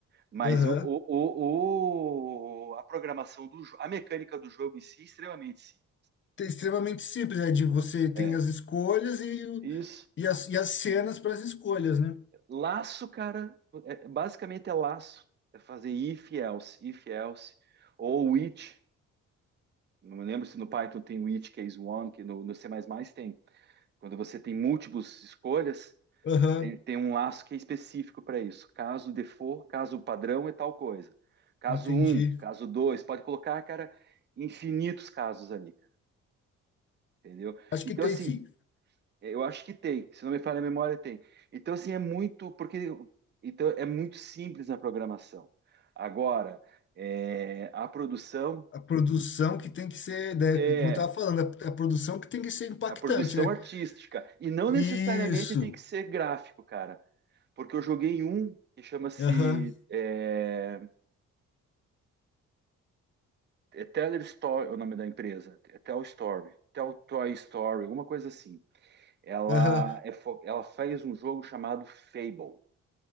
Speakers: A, on the right (about 35°); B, on the left (about 40°).
A: Mas
B: Aham.
A: o, o, o- o- a programação do jo- a mecânica do jogo em si é extremamente simples.
B: é extremamente simples, é de você tem
A: É,
B: as escolhas e, o-
A: isso.
B: e, as, e as cenas para as escolhas, né?
A: Laço, cara, é- basicamente é laço. É fazer if else, if else, ou which. Não me lembro se no Python tem which, case one, que no, no C++ mais mais tem. Quando você tem múltiplas escolhas,
B: Aham,
A: tem, tem um laço que é específico para isso. Caso default, caso padrão é tal coisa. Caso
B: entendi.
A: um, caso dois, pode colocar, cara, infinitos casos ali, cara, entendeu?
B: Acho
A: Então,
B: que tem
A: assim,
B: sim.
A: Eu acho que tem, se não me falha a memória, tem. Então, assim, é muito, porque então é muito simples na programação. Agora, é, a produção
B: A produção que tem que ser, né,
A: é
B: como eu estava falando, a, a produção que tem que ser impactante,
A: a produção
B: né?
A: artística, e não
B: Isso.
A: necessariamente tem que ser gráfico, cara, porque eu joguei um que chama-se
B: Aham,
A: é, é Teller Story, é o nome da empresa, é Tell Story, Tell Toy Story, alguma coisa assim. Ela,
B: aham.
A: é, fo- ela fez um jogo chamado Fable,